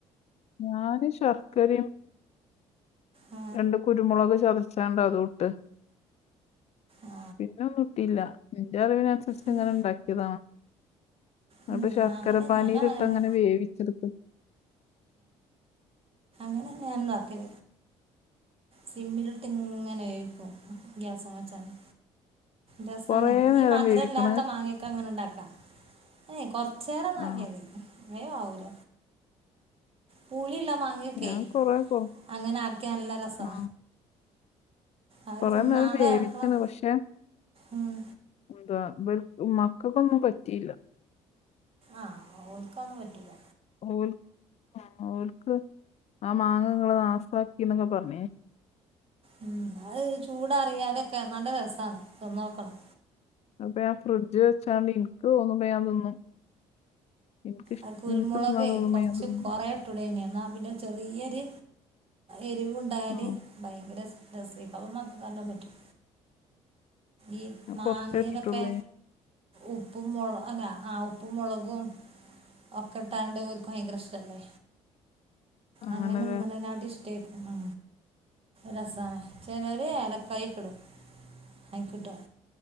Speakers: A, on the left (about 50°); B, on the right (about 45°).
A: ഞാന് ശർക്കരയും
B: ആ
A: രണ്ട് കുരുമുളൊക് ചതച്ച ച്ചാണ്ടോ അതൂട്ട്
B: ആ
A: പിന്നെ ഒന്നും ഇട്ടീല്ല. എന്റെ അറിവിന് അനുസ കുറച്ച്
B: ഉം,
A: ഇങ്ങനെ ഇണ്ടാക്കിയതാണ്.
B: ഉം.
A: അത് ശർക്കര
B: ആ, അങ്ങനെ
A: പാനീയിലിട്ട്
B: ഞാനും തന്നെ
A: അങ്ങനെ വേവിച്ചെടുത്ത്
B: ഞാൻ അങ്ങനെ ഉണ്ടാക്കൽ. സിമ്മിലിട്ട് ഇങ്ങനെ വേവിക്കും ഗ്യാസമ്മേ വെച്ചാല് രസാണ്
A: കൊറേ നേരം
B: ഈ മധുരം
A: വേവിക്കണ്
B: ഇല്ലാത്ത മാങ്ങയെക്കെ അങ്ങനെ ഉണ്ടാക്കാം കൊറ ച്ചേരം ആക്കിയാൽ
A: ആ
B: മതി വേഗം അവൂല പുളിയിള്ള മാങ്ങ ങ്ങക്കെ
A: ഞാൻ കൊറേ കൊ
B: അങ്ങനെ ആക്കിയ നല്ല രസാ
A: ആ
B: അത്
A: കൊറേ
B: തിന്നാതെ
A: നേരം വേവിച്ചണ്
B: കിടക്കണം
A: പക്ഷെ
B: ഉം
A: എന്താ ഇവര് മക്കക്കൊന്നും പറ്റിയില്ല.
B: ആ ഓൽക്കൊന്നും പറ്റൂല്ല.
A: ഓൽ ആ ഓൽക്ക് ആ മാങ്ങങ്ങള് നാസാക്കി എന്നൊക്കെ പറഞ്.
B: ഉം അത് ചൂടാറിയാലൊക്കെ നല്ല രസാണ് തിന്ന് നോക്കണം.
A: അപ്പൊ ഞാൻ ഫ്രിഡ്ജ് വെച്ചാണ്ട് എനിക്ക് തോന്നുമ്പോ ഞാൻ തിന്നും. എനിക്ക് ഇഷ്
B: ആ കുരുമുളകേ
A: എനിക്ക് തിന്നാൻ തോന്നുമ്പോ
B: കൊറച്ച്
A: ഞാൻ തിന്നും
B: കൊറയ ട്ടുടേയിന് എന്നാൽ പിന്നെ ചെറിയൊരു എരിവുണ്ടായാല്
A: ആ
B: ഭയങ്കര രസ. രസേരിക്കും <unintelligible> അപ്പം മക്കക്ക് നല്ലോം പറ്റും. ഈ
A: ഞാൻ
B: മാങ്ങലൊക്കെ
A: കൊറച്ചേ ഇട്ടിട്ടുള്ളൂ ഇനി
B: ഉപ്പും മൊള അല്ല ആ ഉപ്പു മൊളകും. ഒക്കെട്ടാണ്ട് ഓർക്ക് ഭയങ്കര ഇഷ്ടല്ലേ.
A: അങ്ങനല്ലേ
B: അങ്ങനെ തിന്നനാട്ടീ ഇഷ്ടായിരിക്കും അ. രസാണ് ചെലര് ഏലക്കായിയൊക്കെ ഇടും. ആയ്ക്ക്ട്ടോ.